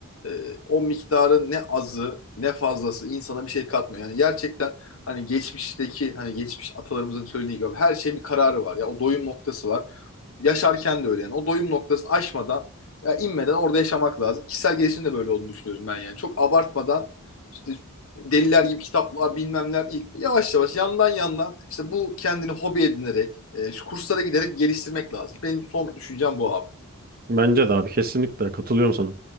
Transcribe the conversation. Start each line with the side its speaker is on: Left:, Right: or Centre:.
Left: e, o miktarın ne azı ne fazlası insana bir şey katmıyor. Yani gerçekten hani geçmişteki hani geçmiş atalarımızın söylediği gibi her şeyin bir kararı var. Ya o doyum noktası var. Yaşarken de öyle yani. O doyum noktasını aşmadan ya inmeden orada yaşamak lazım. Kişisel gelişim de böyle olduğunu düşünüyorum ben yani. Çok abartmadan işte deliler gibi kitaplar bilmem neler değil. Yavaş yavaş yandan yandan işte bu kendini hobi edinerek e, şu kurslara giderek geliştirmek lazım. Benim son düşüncem bu abi.
Right: Bence de abi kesinlikle katılıyorum sana.